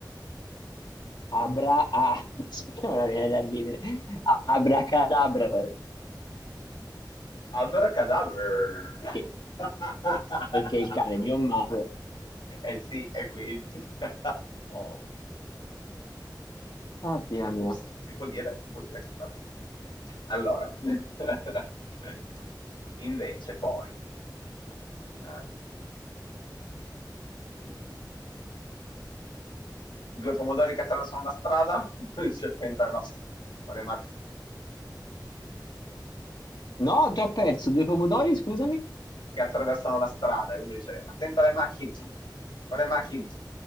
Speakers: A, on the left; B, on the left.
A: Abra... Ah, <laughs> ora viene da ridere. Abracadabra.
B: Abracadabra!
A: Perché?
B: <laughs>
A: Perché il cane di un mago...
B: Eh sì, e quindi... <laughs> Che
A: eh,
B: cazzate.
A: Oddio mio.
B: Ups, si può dire, si può dire cazzate, sì, dai. Allora, <laughs> invece poi, un'altra. Mhmm. Due pomodori che attraversano la strada, <laughs> uno dice: "Attenta alle ma quale mac"
A: No, ti ho perso due pomodori, scusami.
B: che attraversano la strada e uno dice: "Attenta alle macchine, quale macchine?"